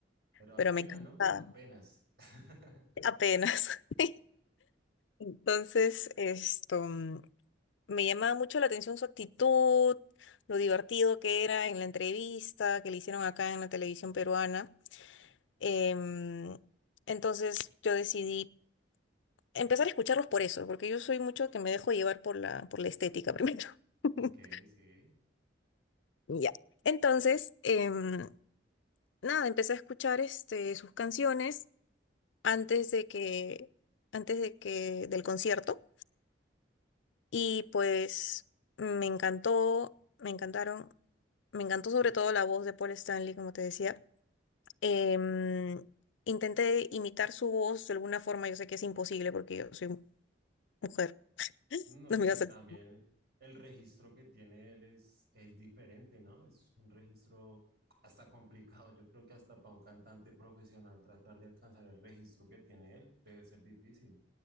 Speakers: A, on the right; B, on the left.
A: pero
B: pero
A: apenas,
B: me encantaba,
A: ¿no? Apenas. <laughs>
B: apenas. <laughs> Entonces, esto, mm, me llamaba mucho la atención su actitud, lo divertido que era en la entrevista que le hicieron acá en la televisión peruana. Em, entonces, yo decidí empezar a escucharlos por eso, porque yo soy mucho que me dejo llevar por la, por la estética primero. <laughs>
A: Ok, sí.
B: Ya. Entonces, em, nada, empecé a escuchar este, sus canciones antes de que, antes de que, del concierto. Y pues me encantó, me encantaron, me encantó sobre todo la voz de Paul Stanley, como te decía. Em, intenté imitar su voz de alguna forma, yo sé que es imposible porque yo soy mujer, <laughs>
A: No,
B: no
A: y,
B: me
A: y
B: iba a
A: también
B: salir.
A: el registro que tiene él es, es diferente, ¿no? Es un registro hasta complicado. Yo creo que hasta para un cantante profesional tratar de alcanzar el registro que tiene él debe ser difícil.